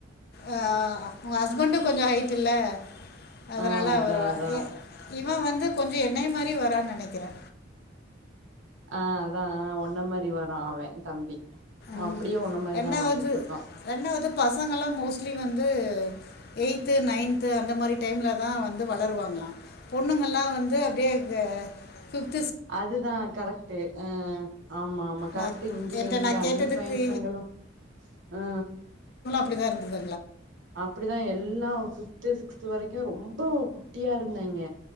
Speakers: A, on the left (about 55°); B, on the right (about 65°).
A: ஆ ஊ ஹஸ்பண்ட்டு கொஞ்சோ ஹைட் இல்லே அதுனால
B: ஆ அதா
A: அவுரு வ
B: அதா
A: எ இவே வந்து கொஞ்சோ என்னய மாரி வரான்னு நெனைக்கிறே.
B: ஆ, அதா ஒன்ன மாரி வரா அவ தம்பி
A: ம்,
B: அப்டியே உன்ன மாரிதா
A: ரெண்டாவது
B: வந்துட்டு இருக்கா
A: ரெண்டாவது பசங்கல்லா மோஸ்ட்லி வந்து எய்த், நைன்த்து அந்த மாரி டைம்ல தா வந்து வளருவாங்களா, பொண்ணுங்கலா வந்து அப்டியே க ஃபிப்
B: அதுதான் கரெக்ட் ஆ ஆமா ஆமா கரெக்ட்
A: நான்
B: இங்க
A: என்கிட்ட
B: இங்க
A: நான்
B: தண்ணி
A: கேட்டதுக்கு
B: பயசங்களும் ஆ
A: அப்பதான் இருந்தது
B: அப்படிதான் எல்லாம் சுத்து சு சிக்ஸ்த் வரைக்கும் ரொம்ப குட்டியா இருந்தங்க